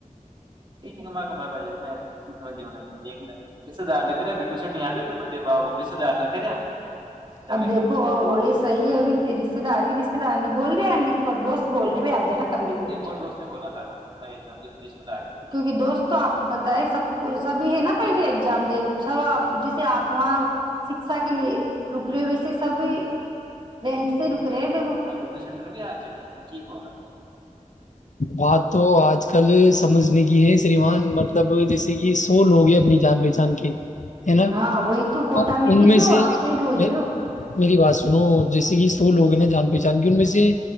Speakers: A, on the right; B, on the left.
A: کما کما ب جائے میں دیک ل اس سے ڈر ڈ کرٹو سےاں پیپر دےا اس سے ڈر نہ کرا دیکو صحی ہے بھی رشتے دار رشتے دار نی بول رہے ن نہیں کہ پر دوست بول رہے آج نا اور دوست نے بلا تھا کیکہ دوست تو آپ کو پت ہے سب کو سبھی ہے نا پہ ایگزام د سب آپ جیسے آپ وہاں شکشا کے لیے رک رہے ہو ویسے سبھی رینٹ سے رک رہے ہیں دیکھ ا
B: بات تو آج کل سمجھنے کی ہے سریمان مطلب جیسے کہ سو لوگ ہیں اپنی جان پہچان کے ہے نا
A: ہاں وہی تو کوٹہ
B: پر
A: میں
B: ان
A: ہی جو
B: سے
A: آپ صحی بول
B: می-
A: رہے ہو
B: میری بات سنو جیسے کہ لوگ ہیں نا جان پہچان کے ان میں سے